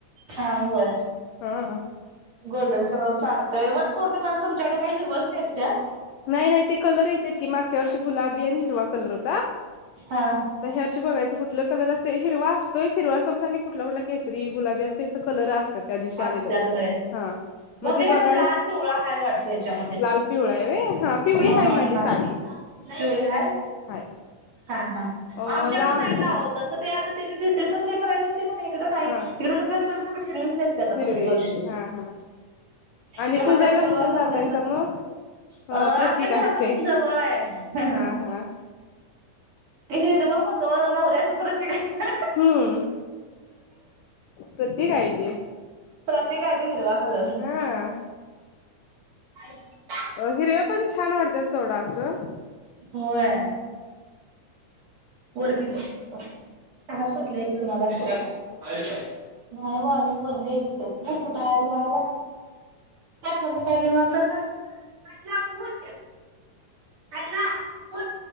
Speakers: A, on the right; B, on the left.
A: हा होय
B: <inaudible> हा,
A: गोल्डन कलर चालतय वट पौर्णिमेला तुमच्याकडे काही हिरवस नेसता
B: नाही-नाही ते कलर येतेत की मागच्या वर्ष गुलाबी आणि हिरवा कलर होता.
A: हा
B: यावर्षी बघायचं कुठलं कलर असे हिरवा असतोयच हिरवा सोबत आणि कुठला कुठला केस ति गुलाबी असते त्यांच कलर असतात त्या दिवशी आलेलं
A: असत्यात व्हय
B: हा
A: बहुतेक
B: मध्ये बघायच
A: याला लाल पिवळा हाय वाटतं
B: <inaudible>
A: ह्याच्यामध्ये
B: लाल पिवळा आहे व्हय पिवळी
A: हा
B: हाय माझी
A: हा
B: साडी
A: पिवळी हाय
B: हाय
A: हा हा
B: अ
A: आमच्याकडे
B: लाल
A: <inaudible> नाहीत आहोत जसं ते आता त्यांनी दे त ते करायच अस का नाही इकड
B: हा
A: इकड सरसकट हिरवीच नेसता
B: हिरवी
A: प्रत्येक वर्षी
B: हा हा आणि
A: ते म्हणतात
B: पूजायला
A: हिरव
B: कुठे
A: नवऱ्याचा
B: जातायसा मग
A: अ
B: प्रतीक
A: आमच्या घरापासून
B: असते
A: जवळ आहे.
B: हा हा
A: ते हिरवा म्हणतो नवऱ्याचं प्रतीक आहे.
B: हम्म प्रत्यकयत <inaudible>
A: प्रतिक आहे ते हिरवा कलर
B: हा
A: <unintelligible>
B: अ हिरव्या पण छान वाटतात सोडा असं
A: होय वर किती, तास होतलाय त तुम्हाला नाही वा बोलली <inaudible> कुठाजवाला, <inaudible> काय म्ह कातासापू, <inaudible> अ पू